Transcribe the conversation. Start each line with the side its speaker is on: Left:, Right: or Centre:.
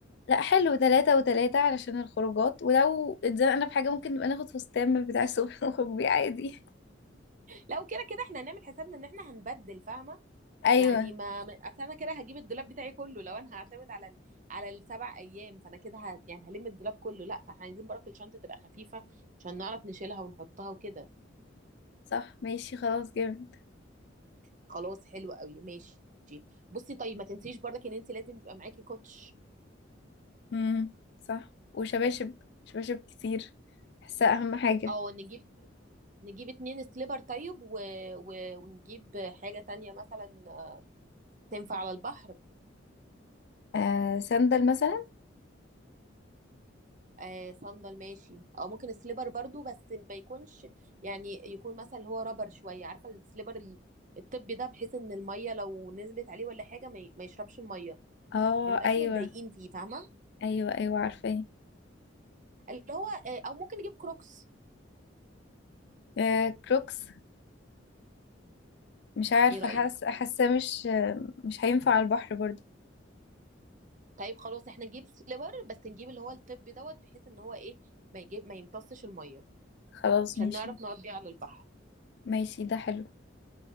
Left: لا حلو ثلاثة وثلاثة علشان الخروجات ولو اتزنقنا في حاجة ممكن نبقى ناخد فستان من بتاع السوبر نخرج <laughs> بيه عادي
Right: لو كده كده احنا هنعمل حسابنا ان احنا هنبدل فاهمه
Left: أيوة
Right: يعني ما ما- اصل انا كده هجيب الدولاب بتاعي كله لو انا هعتمد على ال... على السبع ايام فانا كده ه... يعني هلم الدولاب كله لا فاحنا عايزين برك الشنطه تبقى خفيفه عشان نعرف نشيلها ونحطها وكده
Left: صح ماشي خلاص جامد
Right: خلاص حلو قوي ماشي بصي طيب ما تنسيش برضك ان انت لازم يبقى معاكي كوتش
Left: امم صح وشباشب شباشب كتير بحسها أهم حاجة
Right: او نجيب نجيب اتنين سليبر طيب و... و... ونجيب حاجه تانية مثلا آه، تنفع على البحر
Left: آه سندل مثلا
Right: آه صندل ماشي او ممكن السليبر برضو بس ما يكونش يعني يكون مثلا اللي هو رابر شويه عارفه السليبر ال- الطبي ده بحيث ان الميه لو نزلت عليه ولا حاجه ما, ي... ما يشربش الميه
Left: اه
Right: ما نبقاش
Left: أيوة
Right: متضايقين فيه فاهمه
Left: أيوة أيوة عارفة
Right: اللي هو آه او ممكن نجيب كروكس
Left: آه كروكس مش عارفة
Right: ايه رايك
Left: حاسة حاسة مش آه، مش هينفع على البحر برضو
Right: طيب خلاص احنا نجيب سليبر بس نجيب اللي هو الطبي دوت بحيث ان هو ايه ما يجيب ما يمتصش الميه
Left: خلاص
Right: عشان
Left: ماشي
Right: نعرف نقعد بيه على البحر
Left: ماشي ده حلو